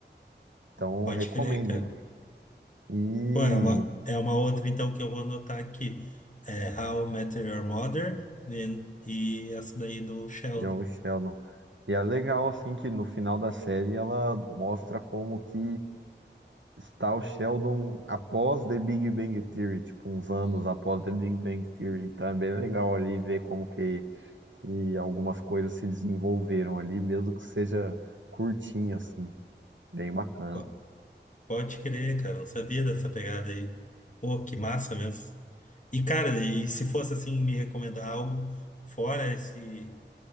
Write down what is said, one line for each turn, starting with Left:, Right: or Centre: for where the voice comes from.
Right: Então,
Left: Pode
Right: eu recomendo.
Left: crer, cara.
Right: E
Left: Pô, é uma, é uma outra, então, que eu vou anotar aqui. É How I Met Your Mother e, e essa daí do Sheldon.
Right: John Sheldon. E é legal, assim, que no final da série ela mostra como que Está o Sheldon após The Big Bang Theory, tipo, uns anos após The Big Bang Theory. Então é bem legal ali ver como que, que algumas coisas se desenvolveram ali, mesmo que seja curtinho, assim. Bem bacana.
Left: Pô, pode crer, cara. eu Não sabia dessa pegada aí. Pô, que massa mesmo. E, cara, e se fosse assim, me recomendar algo fora esse.